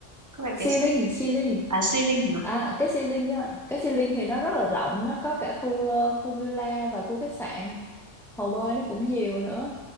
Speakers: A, on the right; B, in the centre.
A: Có phải cái
B: Xi
A: s-
B: Linh Xi Linh
A: à, ceiling hả?
B: à cái Xi Linh á cái Xi Linh thì nó rất là rộng nó có cả khu ờ, khu villa và khu khách sạn hồ bơi nó cũng nhiều nữa